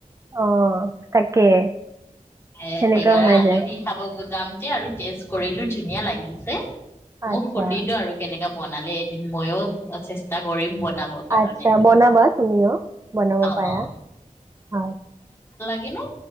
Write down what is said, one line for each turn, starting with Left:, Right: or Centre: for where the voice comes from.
Right: অহ তাকে।
Left: এ
Right: সেনেকুৱা
Left: সেইকাৰণে
Right: হৈ
Left: আলহী
Right: যায়
Left: খাব। যাওঁতে আৰু টেষ্ট কৰিলো ধুনীয়া লাগিছে।
Right: আচ্ছা
Left: মোক সুধিলো আৰু কেনেকা। বনালে এদিন ময়ো চেষ্টা কৰিম। বনাবৰ কাৰণে
Right: আচ্ছা বনাবা তুমিও বনাব
Left: অ
Right: পাৰা
Left: অ
Right: হয়।
Left: কি নো।